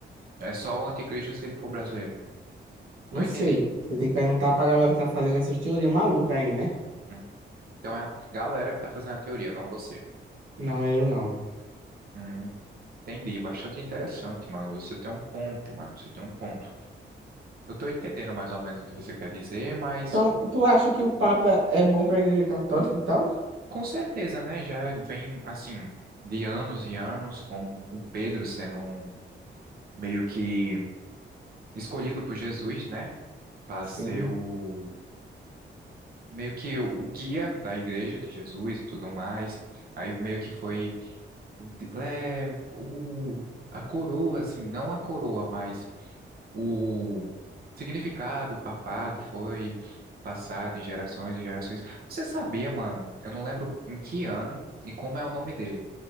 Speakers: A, on the right; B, on the right.
A: é só o anticristo se ele for brasileiro?
B: Não
A: Não entendi.
B: sei. Você tem que perguntar pra galera que tá fazendo essas teorias malucas aí, né?
A: Hum. Então é a galera que tá fazendo a teoria, não você.
B: Não é eu, não.
A: Hum, entendi, bastante interessante, mano. Você tem um ponto, mano, você tem um ponto. Eu tô entendendo mais ou menos o que você quer dizer, mas
B: Então, tu acha que o Papa é bom pra Igreja Católica e tal?
A: Com certeza, né? Já vem, assim, de anos e anos, com o Pedro sendo um, meio que escolhido por Jesus, né? Para
B: Sim.
A: ser o, meio que o guia da igreja de Jesus e tudo mais. Aí meio que foi, de- é, o, a coroa, assim, não a coroa, mas o significado, o papado foi passado em gerações e gerações. Você sabia, mano? Eu não lembro em que ano e como é o nome dele.